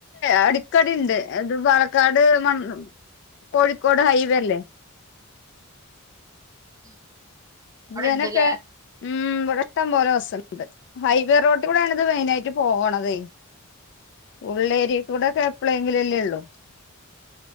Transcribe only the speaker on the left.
അടിക്കടി ഉണ്ട് അത് പാലക്കാട് മണ്- കോഴിക്കോട് ഹൈവേ അല്ലേ?
ഇവനൊക്കെ
ഉം ഇവിടെ ഇഷ്ടം പോലെ ബസ്സുണ്ട്. ഹൈവേ റോട്ടി കൂടൊണ് ഇത് മെയിൻ ആയിട്ട് പോവണതെ ഉം ഉള്ളേരിയ കൂടെക്കെ എപ്പഴെങ്കിലും ഒക്കെയല്ലേ ഉള്ളൂ.